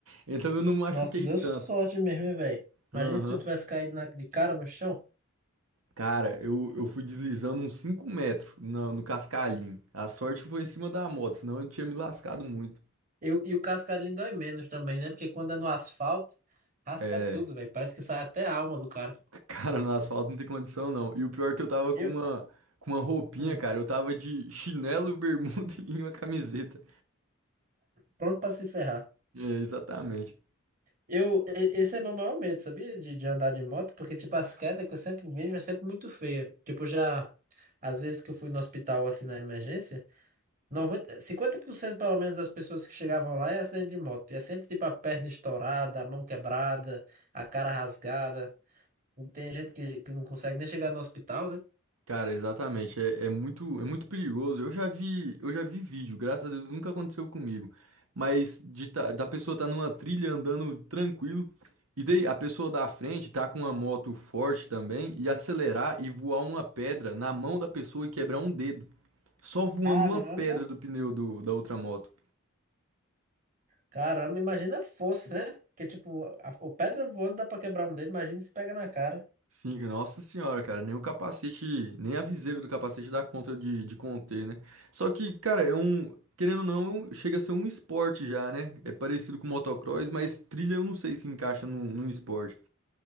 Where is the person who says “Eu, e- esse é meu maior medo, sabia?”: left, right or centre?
Right